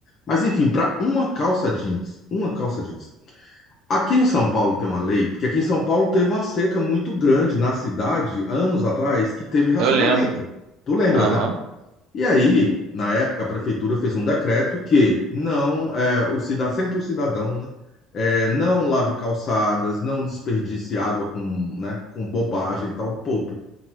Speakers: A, on the left; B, on the right.
A: Mas enfim, para uma calça jeans, uma calça jeans. Aqui em São Paulo tem uma lei, porque aqui em São Paulo teve uma seca muito grande na cidade, anos atrás, que teve racionamento.
B: eu lembro.
A: Tu lembras,
B: Aham,
A: né? E aí, na época, a prefeitura fez um decreto que não, é, o cidadão sempre o cidadão, né, é, não lave calçadas, não desperdice água com, né, com bobagem e tal, poupe.